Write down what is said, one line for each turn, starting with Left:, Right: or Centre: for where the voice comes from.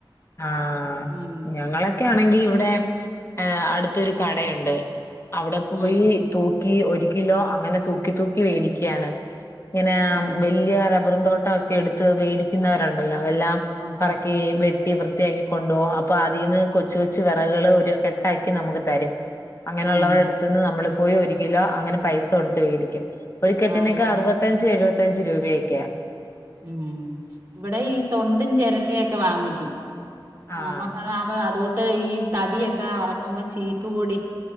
Left: ആഹ്
Right: ഉം
Left: ഞങ്ങളൊക്കെ ആണെങ്കി ഇവിടെ അടുത്തൊരു കടയുണ്ട് അവിടെ പോയി
Right: ഉം
Left: തൂ ക്കി ഒരു കിലോ അങ്ങനെ തൂക്കി തൂക്കി വേടിക്ക്യാണ് ഇങ്ങനാ
Right: ആ
Left: വലിയ റബ്ബറും തോ ട്ടൊക്കെ എടുത്ത് വേടിക്കുന്നവര്ണ്ടല്ലോ അവെല്ലാം
Right: ആഹാ
Left: പറക്കി വെ വൃത്തി വൃത്തിയാക്കി കൊണ്ടുപോവും അപ്പൊ അതീന്ന് കൊച്ചു കൊച്ചു വെറക് കള് ഒരു കെട്ടാക്കി നമുക്ക് തരും അങ്ങനെയുള്ളവരെ
Right: ഉം
Left: അടുത്ത്ന്ന് നമ്മള് പോയി ഒരു കിലോ അങ്ങനെ പൈസ കൊടുത്ത് വേടിക്കും ഒര് കെട്ടിനക്കെ
Right: ആ ഇവിടെ
Left: അറുപത്തഞ്ച് എഴു ത്തഞ്ച് രൂപയൊക്കെയാ
Right: ഉം ഇവിടെ ഈ തൊണ്ടും ചെരട്ടയൊക്കെ വാങ്ങിക്കും ആ
Left: ആഹ്
Right: അമ്മക്ക്‌ അത് ആവേ അതോ ട്ട് ഈ തടിയൊക്കെ അറക്കുമ്പോ ചീക്ക് പൊടി